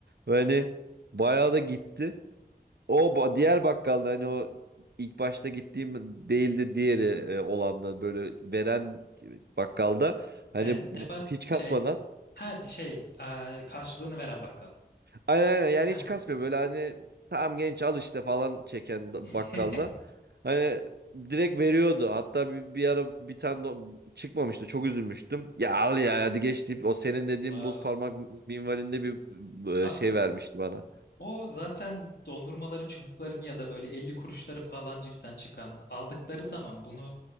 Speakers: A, on the right; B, on the left.
A: Ve hani bayağı da gitti. O ba- diğer bakkalda hani o ilk başta gittiğim değildi diğeri e, olan da böyle veren bakkalda
B: Be
A: hani
B: ne
A: bu,
B: bak
A: hiç
B: şey.
A: kasmadan
B: Ha şey e, karşılığını veren bakkal.
A: aynen aynen yani
B: Heh.
A: hiç kasmıyor böyle hani tamam genç al işte falan çeken da-
B: <laughs>
A: bakkalda hani direkt veriyordu hatta bir, bir ara bir tane don- çıkmamıştı çok üzülmüştüm ya al ya hadi geç deyip o senin
B: Wow.
A: dediğin buz parmak minvalinde bir
B: Abi
A: e, şey vermişti bana.
B: o zaten dondurmaların çubukların ya da böyle 50 kuruşları falan cipsten çıkan aldıkları zaman bunu